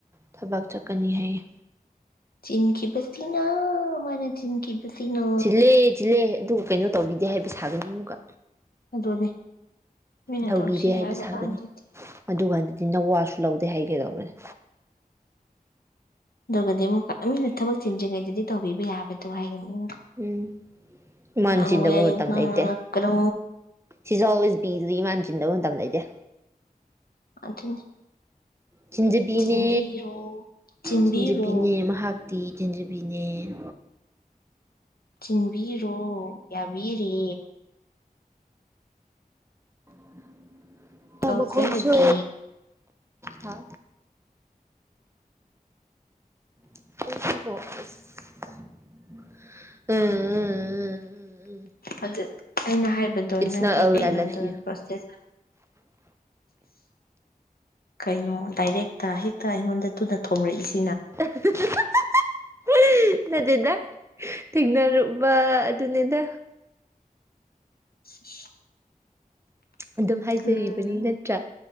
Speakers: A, on the right (about 15°); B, on the left (about 80°).
A: ꯊꯕꯛ ꯆꯠꯀꯅꯤ ꯍꯥꯏꯌꯦ
B: ꯆꯤꯟꯈꯤꯕꯁꯤꯅ ꯃꯥꯅ ꯆꯤꯟꯈꯤꯕꯁꯤꯅ
A: ꯆꯤꯜꯂꯦ ꯆꯤꯜꯂꯦ ꯑꯗꯨꯒ ꯀꯩꯅꯣ ꯇꯧꯕꯤꯗꯦ ꯍꯥꯏꯕ ꯁꯥꯒꯅꯤ ꯑꯃꯨꯛꯀ
B: ꯑꯗꯨꯅꯦ ꯃꯤꯅ
A: ꯇꯧꯕꯤꯗꯦ
B: ꯇꯧꯁꯤ
A: ꯍꯥꯏꯕ ꯁꯥꯒꯅꯤ
B: ꯀꯥꯟꯗꯗꯤ
A: ꯑꯗꯨꯀꯥꯟꯗ ꯅꯋꯥꯁꯨ ꯂꯧꯗꯦ ꯍꯥꯏꯒꯦꯗꯧꯕꯅꯦ
B: ꯑꯗꯨꯒꯗꯤ ꯑꯃꯨꯛꯅ ꯊꯕꯛ ꯆꯤꯟꯗ꯭ꯔꯤꯉꯩꯗꯗꯤ ꯇꯧꯕꯤꯕ ꯌꯥꯕꯗꯣ ꯍꯥꯏꯒꯅꯤ ꯑꯃꯨꯛꯀ
A: ꯎꯝ ꯏꯃꯥꯟ
B: ꯉꯥꯡꯕ
A: ꯆꯤꯟꯗꯕ
B: ꯌꯥꯏ
A: ꯃꯇꯝ
B: ꯉꯥꯡꯉꯛꯀꯅꯣ
A: ꯂꯩꯇꯦ ꯁꯤꯁꯨꯦꯋꯦꯁ ꯕꯤ ꯏꯃꯥꯟ ꯆꯤꯟꯗꯧ ꯇꯝ ꯂꯩꯩꯗꯦ
B: ꯑꯗꯨꯅꯤ
A: ꯆꯤꯟꯖꯕꯤꯅꯦ
B: ꯆꯤꯟꯕꯤꯔꯣ ꯆꯤꯟꯕꯤꯔꯣ
A: ꯆꯤꯟꯖꯕꯤꯅꯦ ꯃꯍꯥꯛꯇꯤ ꯆꯤꯟꯖꯕꯤꯅꯦ ꯑ
B: ꯆꯤꯟꯕꯤꯔꯣ ꯌꯥꯕꯤꯔꯦ
A: <inaudible>
B: ꯇꯧꯖꯔꯒꯦ
A: ꯃꯈꯣꯟꯁꯨ ꯍꯥ ꯏꯀꯣ <inaudible> ꯎꯝ ꯎꯝ ꯎꯝ
B: ꯑꯗꯨ ꯑꯩꯅ ꯍꯥꯏꯕꯗꯣ
A: ꯏꯠꯁ
B: ꯅꯪꯒꯤ
A: ꯅꯣꯠ ꯑꯜꯋꯦꯁ
B: ꯀꯩꯅꯣꯗꯣ
A: ꯑꯥꯏ ꯂꯚ ꯌꯨ
B: ꯄ꯭ꯔꯣꯁꯦꯁ ꯀꯩꯅꯣ ꯗꯥꯏꯔꯦꯛꯇ ꯍꯦꯛꯇ ꯑꯩꯉꯣꯟꯗ ꯇꯨꯅ ꯊꯣꯝꯣꯔꯛꯏꯁꯦ
A: ꯑꯍ ꯍꯍ ꯍꯍ ꯎ ꯅꯗꯦꯗ ꯊꯦꯡꯅꯔꯨꯕ ꯑꯗꯨꯅꯦꯗ
B: <inaudible>
A: ꯑꯗꯨꯝ ꯍꯥꯏꯖꯔꯤꯕꯅꯤ
B: ꯎꯝ
A: ꯅꯠꯇ꯭ꯔꯥ